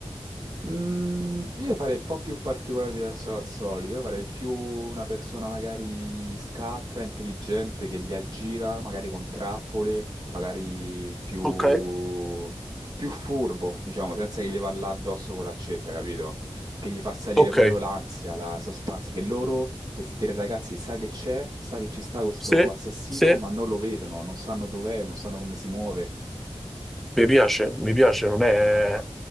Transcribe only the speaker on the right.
Mm, io farei un po' più particolare diverso dal solito, io farei più una persona magari scaltra, intelligente, che li aggira, magari con trappole, magari più,
più furbo, diciamo, senza che gli va là addosso con l'accetta, capito? Che gli fa salire
proprio l'ansia, la suspense, che loro, questi tre ragazzi, sa che c'è, sa che ci sta questo
assassino,
ma non lo vedono, non sanno dov'è, non sanno come si muove.